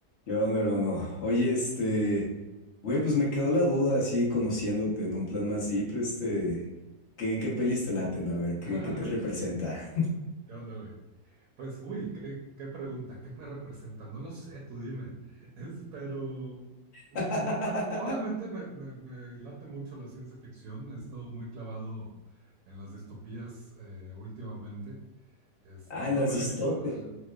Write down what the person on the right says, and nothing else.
<laughs>
¿Qué onda, güey? Pues, uy, qué, qué pregunta, ¿qué me representa? No lo sé, tú dime. <laughs> Es, pero, mm,
pues, obviamente me, me- me late mucho la ciencia ficción, he estado muy clavado en las distopías eh, últimamente. Este,
no
me
limito a... ah,